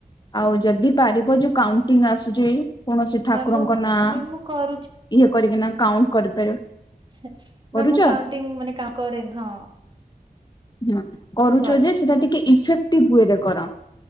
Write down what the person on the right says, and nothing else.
ମ୍ୟାମ୍ ମୁଁ
ମ୍ୟାମ୍ ମୁଁ କରୁଛି
ମ୍ୟାମ
ମୁଁ କାଉଣ୍ଟିଙ୍ଗ ମାନେ କ-କରି ହଁ।
ମୁଁ କରେ।